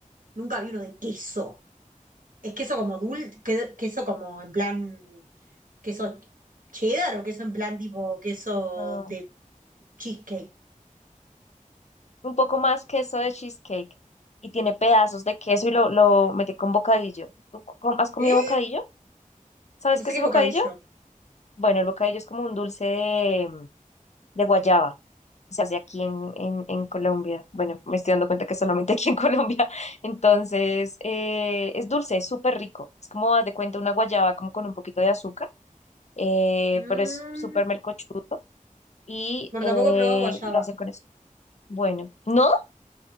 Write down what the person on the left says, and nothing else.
No.
un poco más queso de cheesecake y tiene pedazos de queso y lo, lo metí con bocadillo. ¿Tú co- has comido
bocadillo? ¿Sabes
qué
es
bocadillo?
Bueno, el bocadillo es como un dulce de, de guayaba. que Se hace aquí en, en, en Colombia. Bueno, me estoy dando cuenta que solamente aquí en <laughs> Colombia. Entonces, eh, es dulce, es súper rico. Es como, haz de cuenta, una guayaba como con un poquito de azúcar, eh,
pero es súper melcochudo y
eh,
lo hacen con eso. Bueno, ¿no?